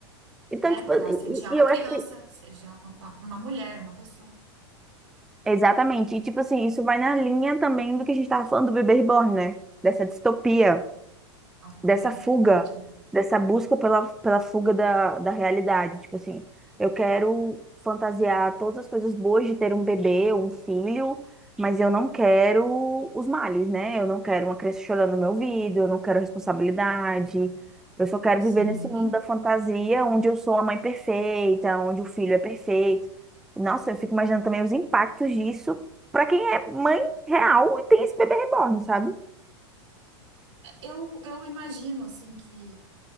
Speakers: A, in the centre; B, on the right.
A: Então,
B: né?
A: tipo,
B: Para
A: e,
B: assediar uma
A: e eu
B: criança,
A: acho que.
B: assediar uma, uma uma mulher, uma pessoa.
A: Exatamente. E, tipo assim, isso vai na linha também do que a gente tava falando do bebê reborn, né? Dessa distopia.
B: A fuga
A: dessa
B: da
A: fuga,
B: realidade, né?
A: dessa busca pela, pela fuga da, da realidade. Tipo assim, eu quero fantasiar todas as coisas boas de ter um bebê, um filho, mas eu não quero os males, né? Eu não quero uma criança chorando no meu ouvido, eu não quero responsabilidade. Eu só quero
B: Sim,
A: viver nesse mundo da fantasia, onde eu sou a mãe perfeita, onde o filho é perfeito. Nossa, eu fico imaginando também os impactos disso para quem é mãe real e tem esse bebê reborn, sabe?
B: Eu, eu imagino, assim, que.